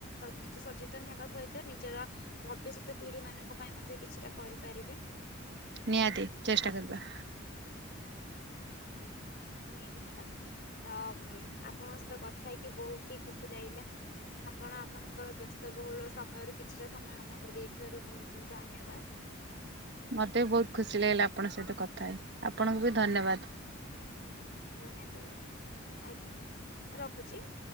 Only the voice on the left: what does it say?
ନିଜେ ସଚେତନ ହେବା ସହିତ ନିଜର ଭବିଷ୍ୟତ ପିଢି ମାନଙ୍କ ପାଇଁ ମଧ୍ୟ କିଛିଟା କରିପାରିବେ।
ନିହାତି ମ୍ୟାଡ଼ାମ ତ ଆପଣଙ୍କ ସହିତ କଥା ହେଇକି ବୋହୁତହି ଖୁସି ଲାଗିଲା। ଆପଣ ଆପଣଙ୍କର ବ୍ୟସ୍ତବହୁଳ ସମୟରୁ କିଛିଟା ସମୟ ଆମକୁ ଦେଇଥିବାରୁ ବୋହୁତ ବୋହୁତ ଧନ୍ୟବାଦ।
ନିହାତି ଭାବେ ଆଜ୍ଞା ରଖୁଚି।